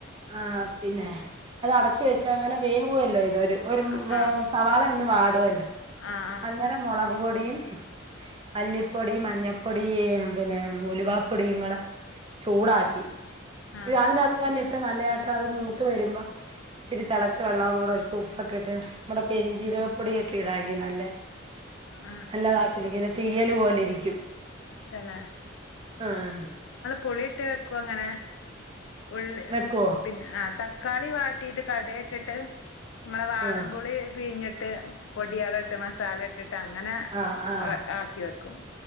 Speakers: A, on the right; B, on the left.
A: ആഹ് പിന്നെ അത് അടച്ച് വെച്ച് അങ്ങനെ വേ വോല്ലോ അഹ്? ഒരു <unintelligible> ഒരു
B: ആഹ് ആഹ്
A: സവാള പാട്വാല്ല.
B: ആഹ്
A: അന്നേരം മൊളക് പൊടിയും മല്ലിപ്പൊടി മഞ്ഞപ്പൊടി പിന്നെ ഉലുവാപ്പൊടിയും കൂടെ ചൂടാക്കി
B: ആഹ് ആഹ്
A: അതിന <unintelligible> ത്ത് ഞാൻ ഇട്ട് ഇട്ട് നല്ലതായിട്ട് അത് മൂത്ത് വരുമ്പോ ഇച്ചിരി തെളച്ച വെള്ളവും കൂടി ഒഴിച്ച് ഉപ്പൊക്കെ ഇട്ട് നമ്മുടെ പെരിഞ്ചീരകപ്പൊടിയൊക്കെ ഇടാവെങ്കി നല്ല
B: ആഹ്
A: നല്ലതായിട്ടിരിക്കും. തീയ്യല് പോലിരിക്കും.
B: പിന്നെ
A: ആഹ്
B: പുളിയിട്ട് വെക്കും അങ്ങനെ ഉള്ളി
A: വെക്കുവോ
B: പിന്നെ ആ തക്കാളി വാട്ടിയിട്ട് കട ഇട്ടിട്ട് നമ്മളെ വാളൻപുളി
A: ആ
B: പിഴിഞ്ഞിട്ട് പൊടിയള ഇട്ട് മസാല ഇട്ടിട്ട് അങ്ങനെ
A: ആ ആ
B: ആക്കി വെക്കും